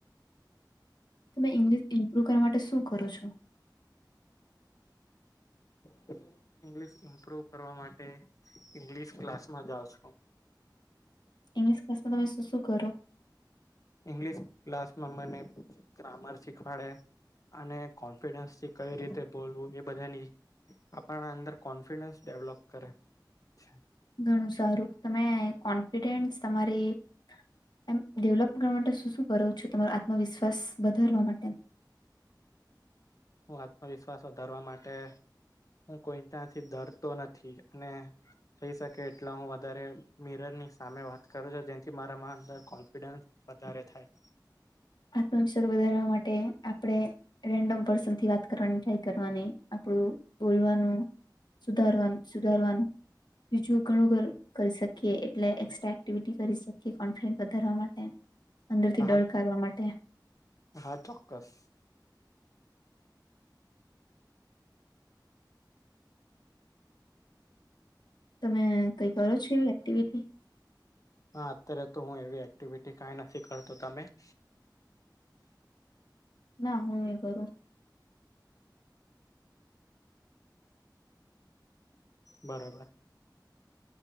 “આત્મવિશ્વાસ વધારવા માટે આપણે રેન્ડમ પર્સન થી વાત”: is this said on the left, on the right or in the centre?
Left